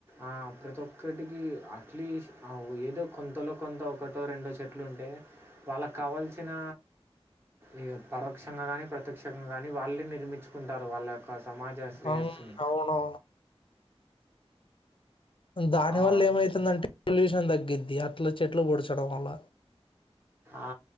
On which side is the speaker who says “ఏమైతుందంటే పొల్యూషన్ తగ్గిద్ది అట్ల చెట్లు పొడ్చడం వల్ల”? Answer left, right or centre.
Left